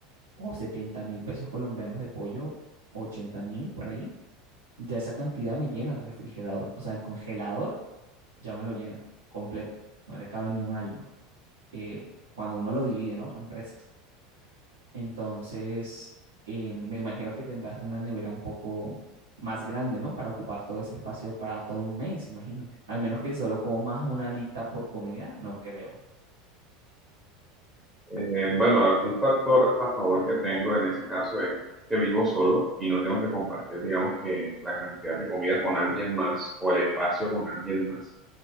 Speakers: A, on the right; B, in the centre.
A: o setenta mil pesos colombianos de pollo, ochenta mil por ahí. Ya esa cantidad me llena el refrigerador, o sea, el congelador ya me lo llena completo, no le cabe ni un alma. eh, cuando uno lo divide, ¿no? En presas. Entonces, eh, me imagino que tendrás una nevera un poco más grande, ¿no? Para ocupar todo ese espacio para todo un mes, imagínate. Al menos que solo comas una alita por comida, no creo.
B: Eh, bueno, un factor a favor que tengo en ese caso es que vivo solo y no tengo que compartir, digamos, que la cantidad de comida con alguien más o el espacio con alguien más.